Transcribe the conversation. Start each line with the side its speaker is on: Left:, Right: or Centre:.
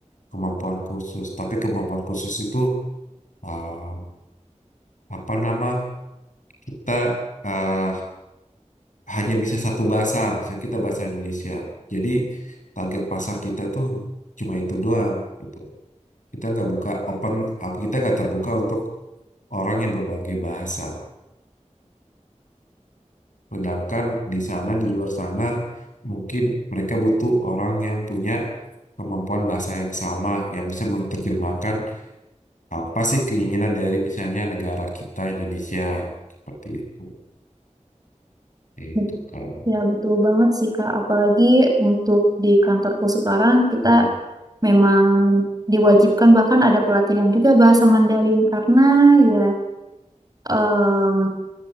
Left: kemampuan khusus, tapi kemampuan khusus itu eh, apa nama? Kita eh, hanya bisa satu bahasa, misalnya kita bahasa Indonesia. Jadi target pasar kita tuh cuma itu doang gitu. Kita nggak buka open up, kita nggak terbuka untuk orang yang berbagai bahasa. Sedangkan di sana, di luar sana, mungkin mereka butuh orang yang punya kemampuan bahasa yang sama, yang bisa menerjemahkan apa sih keinginan dari misalnya negara kita Indonesia. Seperti itu. Itu
Right: bet-
Left: kan.
Right: ya betul banget sih Kak. Apalagi untuk di kantorku sekarang kita
Left: Hmm.
Right: memang diwajibkan bahkan ada pelatihan juga bahasa Mandarin karena ya em,